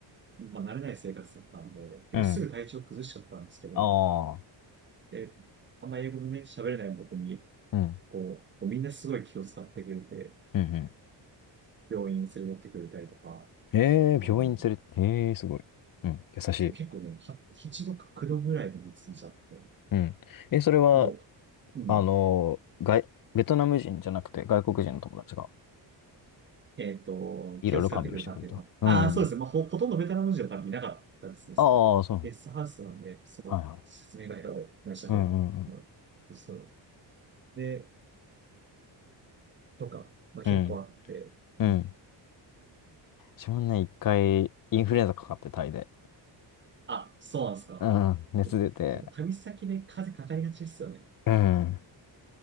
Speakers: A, on the right; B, on the left.
A: まあ、慣れない生活だったんで、結構すぐ体調崩しちゃったんですけど、
B: うん。ああ。
A: で、あんま英語のね、喋れない僕に、
B: うん。
A: こう、みんなすごい気を使ってくれて、
B: うん。うん。
A: 病院連れてってくれたりとか、
B: ええ病院連れて、
A: あの、
B: ええすごい。うん、優しい。
A: そう結構ね、は一度か九度ぐらいまで進んじちゃって、
B: うん。え、それは、
A: もう、うん、
B: あの、外、ベトナム人じゃなくて外国人の友達が
A: えっと、
B: いろいろ看病してくれた。
A: 気を使ってくれたっていうのは。
B: うん。
A: ああ、そうですね。まあ、ほ、ほとんどベトナム人は多分いなかったですね。
B: ああ、
A: そのゲストハウスなんで、
B: そう。
A: そう、
B: はいはい。
A: 説明がいらっしゃってなた。
B: うんうん
A: うんそう。で、とか、まあ、
B: うん。
A: 結構あって、
B: うん。
A: うん
B: うん。自分ね、一回インフルエンザかかってタイで。
A: あ、そうなんですか。
B: うん。熱出て。
A: 結構旅先で風かかりがちですよね。
B: うん。